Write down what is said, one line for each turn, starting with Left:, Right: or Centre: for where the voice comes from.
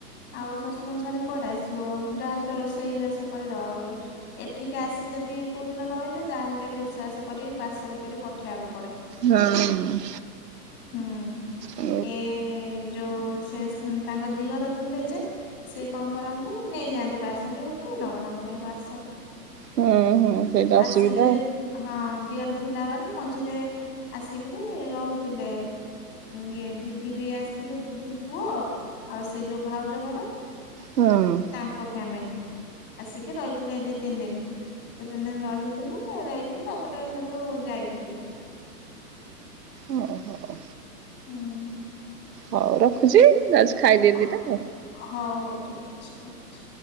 Left: ଆଉ ଶଶୁରଙ୍କୁ ଛାଡି କୁଆଡେ ଆସିବ, ଯାହାହେଲେ ତ ରୋଷେଇ ବାସ କରି ଦବାକୁ ପଡିବ। ଏଠିକି ଆସି ଯଦି କୋଉ ଦିନ ରହିଲେ ଯାହାହେଲେ ବି ରୋଷେଇବାସ କରି ପାର୍ସଲ କରି ପଠେଇବାକୁ ପଡେ।
Right: ହଁ।
Left: ହୁଁ
Right: ଓ
Left: ଏ ଯୋଉ ସେ ସି ତାଙ୍କ ଦିଅର ଥିଲେ ଯେ ସେ କଣ କରନ୍ତି ନେଇଯାଆନ୍ତି ପାର୍ସଲ ଏବେ କିଏ ନବ ତାଙ୍କ ପାଇଁ ପାର୍ସଲ।
Right: ହୁଁ ହୁଁ ସେଇଟା
Left: ଆସିକିରି
Right: ଅସୁବିଧା।
Left: ହଁ ଦିଅର ଥିଲା ବେଳେ ମଝିରେ ଆସିକିରି ରହୁଥିଲେ। ଇଏ ଦିଦି ବି ଆସିଥିଲେ ଦିଦି ପୁଅ ଆଉ ସେ ଯୋଉ ଭାଉଜ ଘର
Right: ହଁ।
Left: ତାଙ୍କ ଫ୍ୟାମିଲି ଆସିକି ରହିଥିଲେ ଏ ଦି ତିନି ଦିନ। ସେ ତିନି ଦିନ ରହିଥିଲେ ରହିକି ତାପରେ ସେଠୁ ଯାଇଥିଲେ।
Right: ଓହୋ।
Left: ହୁଁ।
Right: ହଉ ରଖୁଛି ଯାଉଛି ଖାଇଦିଏ
Left: ହ
Right: ଦିଟା
Left: ହ
Right: ଆଉ।
Left: ହଉ ହଉ ଠିକ ଅଛି ରଖୁଛି।